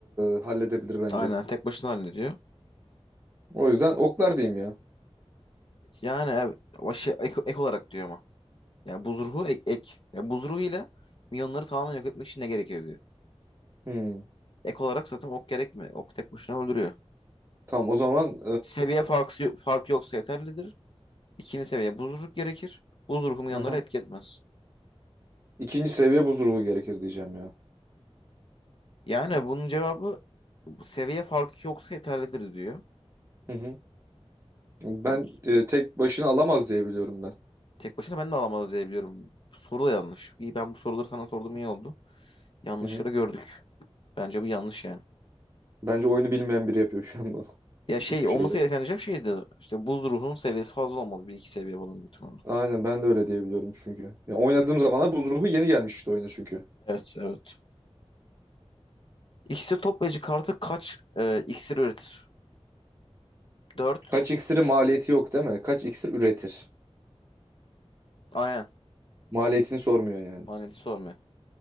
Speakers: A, on the right; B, on the left.
A: e, halledebilir bence.
B: Aynen tek başına hallediyor.
A: O yüzden oklar diyeyim ya.
B: Yani ev- başı ek, ek olarak diyor ama. Yani buz ruhu ek. ek. Yani buz ruhu ile milyonları tamamen yok etmek için ne gerekir diyor.
A: Hmm.
B: Ek olarak zaten ok gerekmiyor. Ok tek başına öldürüyor.
A: Tamam o zaman
B: Seviye farkı, fark yoksa yeterlidir. İkinci seviye buz ruhu gerekir. Buz ruhu milyonları
A: e, aha.
B: etki etmez.
A: ikinci seviye buz ruhu gerekir diyeceğim ya.
B: Yani bunun cevabı seviye farkı yoksa yeterlidir diyor.
A: Hı hı. Ben
B: Bunu
A: e, tek başına alamaz diye biliyorum ben.
B: tek başına ben de alamaz diye biliyorum. Soru da yanlış. İyi ben bu soruları sana sorduğum iyi oldu. Yanlışları
A: Hı hı.
B: gördük. Bence bu yanlış yani.
A: Bence oyunu bilmeyen biri yapıyor şu an bunu. <laughs>
B: Ya
A: Bu
B: şey
A: şu şeyler.
B: olması gereken diyeceğim şeydi. İşte buz ruhunun seviyesi fazla olmalı. Bir iki seviye falan büyük ihtimalle.
A: Aynen ben de öyle diyebiliyorum çünkü. Ya oynadığım zamanlar buz ruhu yeni gelmişti oyuna çünkü.
B: Evet evet. İksir toplayıcı kartı kaç e, iksir üretir? Dört.
A: Kaç iksiri maliyeti yok değil mi? Kaç iksir üretir?
B: Aynen.
A: Maliyetini sormuyor yani.
B: Maneti sormuyor.